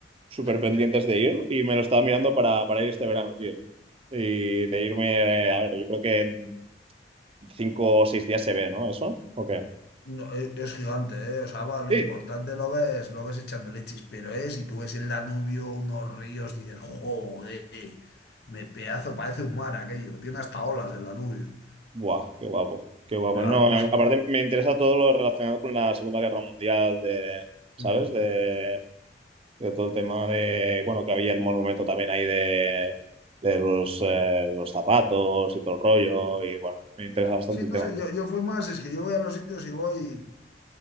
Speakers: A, on the right; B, on the left.
A: súper
B: Sí.
A: pendientes de ir y me lo estaba mirando para, para ir este verano, tío. Y de irme, eh, a ver, yo creo que en cinco o seis días se ve, ¿no? ¿Eso? ¿O qué?
B: No, e- es gigante, ¿eh? O sea, va, lo
A: Sí.
B: importante lo ves, lo ves echando leches, pero es, si tú ves el Danubio, unos ríos, dices, joder, me pedazo, parece un mar aquello, tiene hasta olas el Danubio.
A: Buah, qué guapo, qué guapo.
B: Claro,
A: No, a-
B: es-
A: aparte me interesa todo lo relacionado con la Segunda Guerra Mundial, de, ¿sabes?
B: Mm.
A: De, de todo el tema de, bueno, que había el monumento también ahí de, de los, eh, los zapatos y todo el rollo, y bueno, me interesa bastante
B: Sí,
A: el
B: no
A: tema.
B: sé, yo, yo fui más, es que yo voy a los sitios y voy.